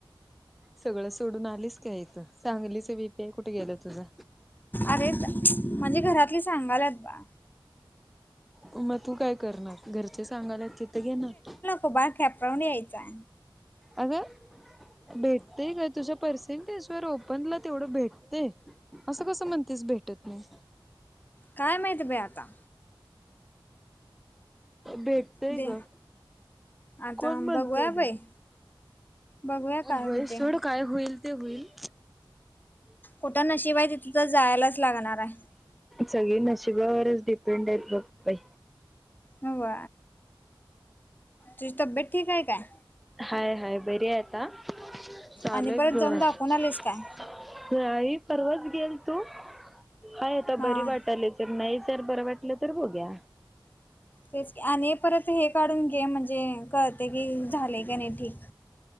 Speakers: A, in the centre; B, on the left.
A: सगळं सोडून आलेच का इथं चांगलीच वीपीआय कुठे गेलं तुझा.
B: अरे म्हणजे घरातले सांगालात बा
A: मग तू काय करणार घरचे सांगायला तिथं घेणार.
B: उभा कॅप राऊंड यायचा.
A: अगं भेटते का तुझ्या पर्सेंटेज ओपनला तेवढं भेटते असं कसं म्हणतेस भेटत नाही.
B: काय माहिती बाई आता.
A: भेटतय
B: दे
A: ग
B: आता
A: कोण म्हणताय
B: बघूया
A: नाही.
B: बाई. बघूया काय
A: होय
B: होते
A: सोड काय होईल ते होईल.
B: खोटं नशीब आहे तिथे तर जायलाच लागणार आहे.
A: सगळी नशिबावरच डिपेंड आहेत बघ. बाई
B: हो तुझी तब्येत ठीक आहे काय.
A: हाय हाय बरी आता चालू
B: आणि परत जाऊन
A: आहेत
B: दाखवून आलीस
A: <unintelligible>
B: काय?
A: नाहीई परवाच गेल तू हाय आता
B: हा
A: बरी वाटाली. तर नाही जर बरं वाटलं तर बघूया.
B: तेच आणि परत हे काढून घे म्हणजे कळते की झालेय का नाही ठीक.